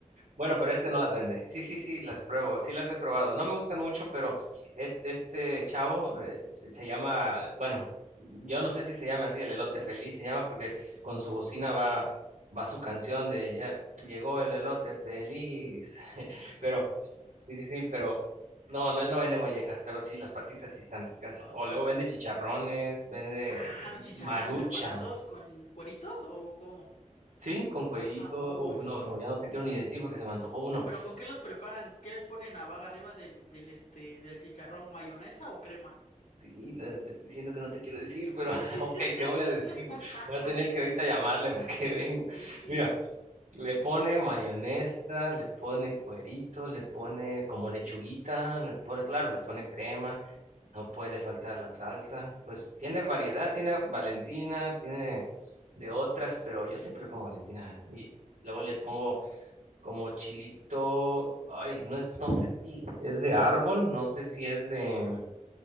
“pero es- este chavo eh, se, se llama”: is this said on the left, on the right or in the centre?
Right